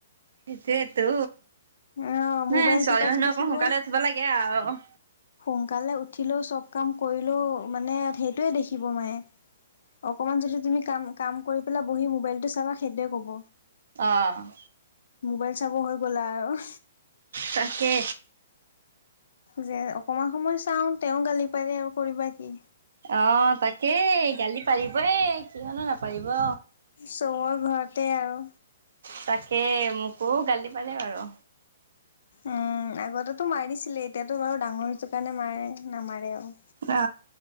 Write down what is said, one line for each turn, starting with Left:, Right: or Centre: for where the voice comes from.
Right: সেইছাইটো
Left: অ'
Right: নে
Left: মোবাইল
Right: ছোৱালী
Left: টিপাটো
Right: মানুহ
Left: দেখিব।
Right: অকণ সোনকালে উঠিব লাগে আৰু
Left: সোনকালে উঠিলেও চব কাম কৰিলেোও মানে সেইটোৱে দেখিব মায়ে অকমান যদি তুমি কাম কাম কৰি পেলাই বহি মোবাইলটো চাবা সেইটোৱে ক'ব।
Right: আহ! !
Left: মোবাইল চাব হৈ গ'লা আৰু
Right: তাকে!
Left: যে অকমান সময় চাওঁ তেওঁ গালি পাৰে আৰু কৰিবা কি?
Right: অ তাকেই গালি পাৰিবই কিয়ণো নাপাৰিব।
Left: চবৰ ঘৰতে আৰু
Right: তাকে মোকো গালি পাৰে বাৰু,
Left: উম আগতেতো মাৰিছিলে এতিয়াতো বাৰু ডাঙৰ জোকে মাৰে নামাৰে আৰু
Right: অ